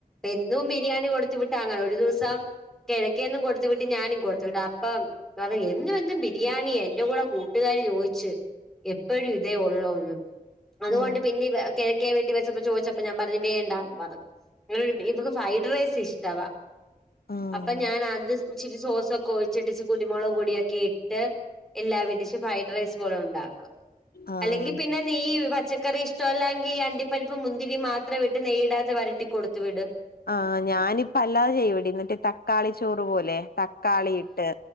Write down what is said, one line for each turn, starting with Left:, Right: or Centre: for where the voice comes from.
Centre: എന്നും ബിരിയാണി കൊടുത്ത വിട്ട അങ്ങനെ ഒരു ദിവസം കിഴക്കന്നും കൊടുത്തു വിട്ട് ഞാനും കൊടുത്തു വിട്ട അപ്പം പറ എന്നുംെന്നും ബിരിയാണി എന്റെ കൂടെ കൂട്ടുകാ ചോദച്ച് എപ്പോഴും ഇതേ ഉള്ളൂന്ന് അതുകൊണ്ട്
Left: ഉം
Centre: പിന്നെ കിഴക്കെ വീട്ട വെച്ചപ്പോ ചോദിച്ചപ്പോ ഞാൻ പറഞ്ഞു വേണ്ടാന്ന് പറഞ്ഞു. ഇക്ക് ഫ്രൈഡ് റൈസ് ഇഷ്ടവാ.
Left: ആഹ്
Centre: അപ്പൊ ഞാൻ ആ ഇച്ചിരി സോസൊക്കെ ഒഴിച്ചിട്ട് ഇി കുരുമുളക് പൊടിയൊക്കെ ഇട്ട് എല്ലാവിടിച്ചു ഫ്രൈഡ് റൈസ് പോലൊണ്ടാക്കും.
Left: ആഹ്
Centre: അല്ലെങ്കി പിന്നെ നീ പച്ച ക്കറി ഇഷ്ടമല്ലാങ്കി ഈ അണ്ടിപ്പരിപ്പ് മുന്തിരി മാത്രവിട്ട് നെയ്യിടാത്ത് വരട്ടി കൊടുത്തു വിട്.
Left: ആ ഞാനിപ്പ അല്ലാതെ ചെയ്യുവെടി, മറ്റേ തക്കാളിച്ചോറ് പോലെ. തക്കാളിയിട്ട്